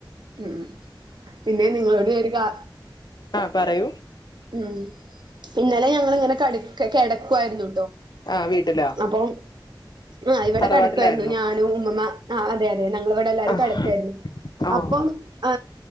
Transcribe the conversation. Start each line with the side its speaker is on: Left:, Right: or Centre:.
Right: ഉം പിന്നെ നിങ്ങളോട് ഞാ ഒര് കാ
Left: ആഹ് പറയൂ
Right: ഉം ഇന്നലെ ഞങ്ങളിങ്ങനെ കടി കെടക്കുവായിരുന്നു.
Left: ആഹ് വീട്ടിലോ
Right: അപ്പം ആഹ് ഇവടെ
Left: തറവാട്ടിലായിരുന്നു
Right: കെടക്കായിരുന്നു. ഞാനും ഉമ്മമ്മ ആ അതെ അതെ ഞങ്ങള് വിടെ എല്ലാരും
Left: ആഹ്
Right: കെടക്കായിരുന്നു
Left: ഓഹ്
Right: അപ്പം ആ